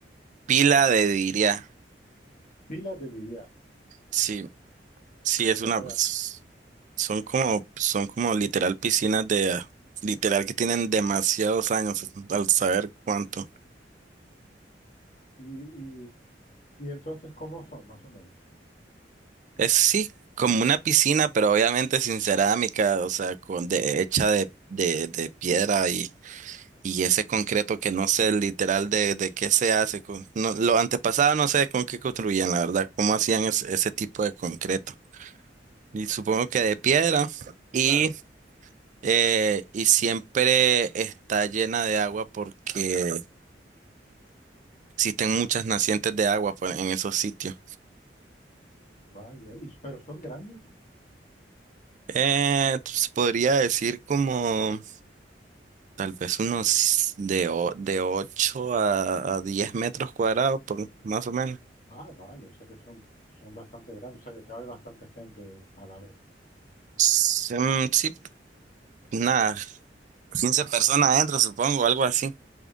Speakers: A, on the right (about 45°); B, on the left (about 50°).
A: pila de Diria.
B: pila de Diria.
A: Sí, sí,
B: Pues
A: es
B: lo
A: una,
B: voy
A: pues,
B: a...
A: son como, son como literal piscinas de, literal que tienen demasiados años, al saber cuánto.
B: Y, y, y entonces, ¿cómo son, más o menos?
A: Es sí, como una piscina, pero obviamente sin cerámica, o sea, con de, hecha de, de, de piedra y, y ese concreto que no sé literal de, de qué se hace. Con, no, lo antepasado no sé con qué construían, la verdad, cómo hacían es- ese tipo de concreto. Y supongo que de piedra y,
B: Claro,
A: eh, y siempre está llena de agua porque existen muchas nacientes de agua pues, en esos sitios.
B: vaya. Y, pero son grandes.
A: Eh, se podría decir como... Tal vez unos de, o- de 8 a, a 10 metros cuadrados, por, más o menos.
B: Ah, vale, o sea que son, son bastante grandes, o sea que cabe bastante gente a la vez.
A: Sí, mm, sí, nada, 15 personas adentro, supongo, algo así.